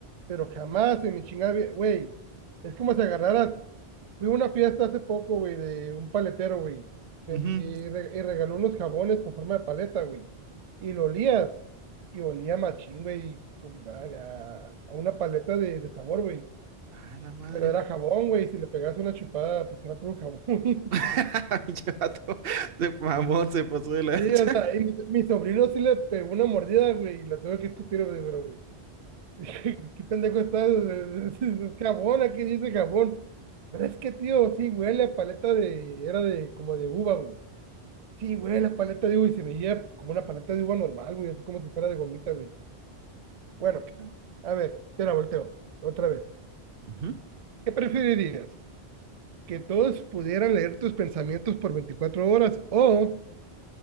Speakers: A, on the right (about 45°); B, on the right (about 60°).
A: pero jamás en mi chingada, vi- güey, es como si agarraras Fui a una fiesta hace poco, güey, de un paletero, güey. ven-
B: Ujú.
A: Y, re- y regaló unos jabones con forma de paleta, güey. Y lo olías. Y olía machín, güey, con- a, a- a una paleta de, de sabor, güey.
B: Ah, la madre.
A: Pero era jabón, güey. Si le pegas una chupada, pues era puro jabón, <laughs> güey.
B: <laughs> Pinche vato, Se mamó, se pasó de lanza.
A: Sí, o sea, y mi, mi sobrino sí le pegó una mordida, güey. Y la tuve que escupir, güey, pero, güey. <laughs> ¿Qué pendejo estás? <laughs> Es, es- es jabón, aquí dice jabón. Pero es que, tío, sí huele a paleta de... Era de como de uva, güey. Sí, güey, la paleta de uva y se veía como una paleta de uva normal, güey, así como si fuera de gomita, güey. Bueno,
B: Acá.
A: a ver, te la volteo otra vez.
B: Ujú.
A: ¿Qué preferirías? ¿Que todos pudieran leer tus pensamientos por 24 horas o